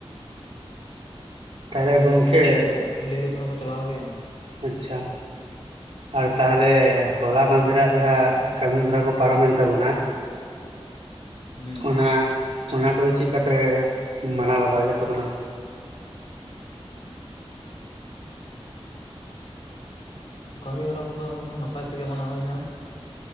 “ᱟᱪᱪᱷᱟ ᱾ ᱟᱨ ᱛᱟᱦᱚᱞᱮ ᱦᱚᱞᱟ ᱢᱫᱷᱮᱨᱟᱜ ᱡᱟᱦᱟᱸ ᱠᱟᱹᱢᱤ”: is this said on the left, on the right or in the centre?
Right